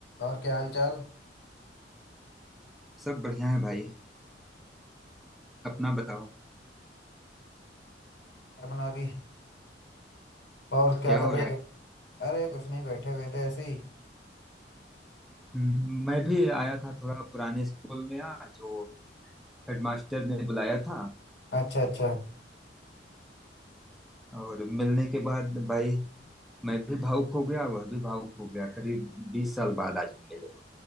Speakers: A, on the left; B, in the centre.
A: और क्या हाल चाल
B: सब बढ़िया है भाई अपना बताओ
A: क्या बना अभी और क्या
B: क्या
A: कर
B: हो
A: रहे
B: रहा है
A: थे अरे कुछ नहीं बैठे हुए थे ऐसे ही
B: हम्म, मैं भी आया था थोड़ा पुराने स्कूल में आज वो हेडमास्टर ने बुलाया था
A: अच्छा अच्छा
B: और मिलने के बाद भाई मैं भी भावुक हो गया वह भी भावुक हो गया करीब बीस साल बाद आज हम मिले